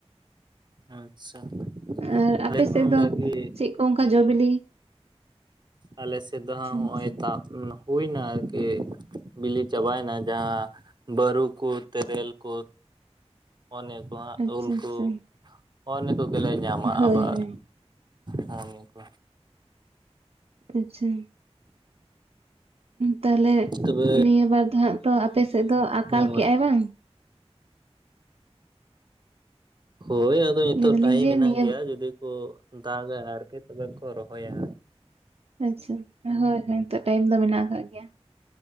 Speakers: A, on the right; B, on the right.
A: ᱟᱪᱪᱷᱟ,
B: ᱟᱨ ᱟᱯᱮ
A: ᱟᱞᱮ ᱦᱚᱸ
B: ᱥᱮᱫ
A: ᱚᱱᱠᱟᱜᱮ
B: ᱫᱚ ᱪᱮᱫ ᱠᱚ ᱚᱱᱠᱟ ᱡᱚ-ᱵᱤᱞᱤ?
A: ᱟᱞᱮ ᱥᱮᱫ ᱫᱚ ᱦᱟᱸᱜ ᱱᱚᱜ-ᱚᱭ
B: ᱟᱪᱪᱷᱟ
A: ᱛᱟᱯ ᱦᱩᱭᱱᱟ ᱟᱨᱠᱤ ᱵᱤᱞᱤ ᱪᱟᱵᱟᱭᱮᱱᱟ᱾ ᱡᱟᱦᱟᱸ ᱵᱟᱹᱨᱩ ᱠᱚ ᱛᱮᱨᱮᱞ ᱠᱚ ᱚᱱᱮᱠ
B: ᱟᱪᱪᱷᱟ
A: ᱩᱞ ᱠᱚ
B: ᱟᱪᱪᱷᱟ
A: ᱦᱚᱸᱜ ᱱᱤᱛᱚᱜ ᱜᱮᱞᱮ ᱧᱟᱢᱟ
B: ᱦᱳᱭ
A: ᱟᱵᱟᱨ
B: ᱦᱳᱭ
A: ᱦᱚᱸ ᱱᱤᱭᱟᱹ ᱠᱚ᱾
B: ᱟᱪᱪᱷᱟ, ᱛᱟᱦᱞᱮ
A: ᱛᱚᱵᱮ
B: ᱱᱤᱭᱟᱹ ᱵᱟᱨ ᱫᱚ ᱦᱟᱸᱜ ᱛᱚ ᱟᱯᱮ ᱥᱮᱫ ᱫᱚ ᱟᱠᱟᱞ
A: ᱦᱮᱸ ᱢᱟ
B: ᱠᱮᱭᱟᱭ ᱵᱟᱝ?
A: ᱦᱳᱭ, ᱦᱳᱭ ᱱᱤᱛᱚᱜ
B: ᱞᱟᱹᱭ ᱫᱟᱞᱤᱧ
A: ᱴᱟᱭᱤᱢ
B: ᱡᱮ
A: ᱢᱮᱱᱟᱜ
B: ᱱᱤᱭᱟᱹ
A: ᱜᱮᱭᱟ ᱡᱩᱫᱤ ᱠᱚ ᱫᱟᱜᱟ ᱟᱨᱠᱤ ᱛᱚᱵᱮ ᱠᱚ ᱨᱚᱦᱚᱭᱟ᱾
B: ᱟᱪᱪᱷᱟ, ᱦᱳᱭ ᱦᱳᱭ ᱱᱤᱛᱳ ᱴᱟᱭᱤᱢ ᱫᱚ ᱢᱮᱱᱟᱜ ᱟᱠᱟᱜ ᱜᱮᱭᱟ